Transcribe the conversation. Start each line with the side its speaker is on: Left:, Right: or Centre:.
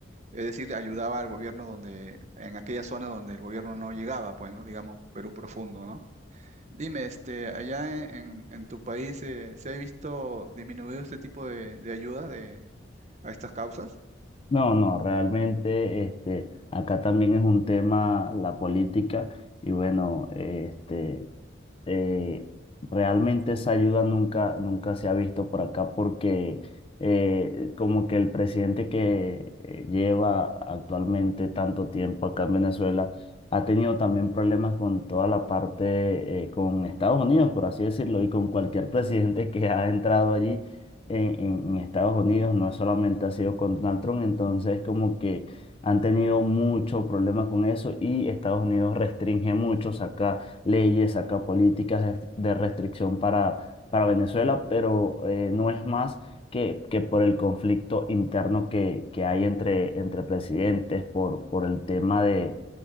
Right: es decir, ayudaba al gobierno donde, en aquella zona donde el gobierno no llegaba, pues, ¿no? Digamos, Perú profundo, ¿no? Dime, este, allá en, en- en tu país eh, ¿se ha visto disminuido este tipo de, de ayuda de, a estas causas?
Left: No, no, realmente este, acá también es un tema la política y bueno, este, eh, realmente esa ayuda nunca, nunca se ha visto por acá porque eh, como que el presidente que eh, lleva actualmente tanto tiempo acá en Venezuela ha tenido también problemas con toda la parte, eh, con Estados Unidos, por así decirlo, y con cualquier presidente que ha entrado allí en, en- en Estados Unidos, no solamente ha sido con Donald Trump, entonces como que han tenido mucho problema con eso y Estados Unidos restringe mucho, acá leyes, saca políticas de, de restricción para, para Venezuela, pero eh, no es más que, que por el conflicto interno que, que hay entre, entre presidentes, por, por el tema de,